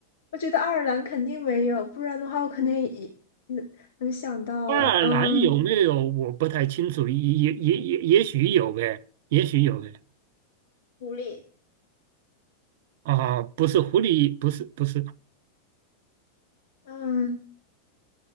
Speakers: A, on the left; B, on the right.
A: 我觉得爱尔兰肯定没有，不然的话我肯定已能能想到了，
B: 爱尔兰有没有我不太清楚，
A: 嗯，
B: 也也也也也许有呗，也许有呗。
A: 狐狸，
B: 啊，不是狐狸，不是不是，
A: 嗯，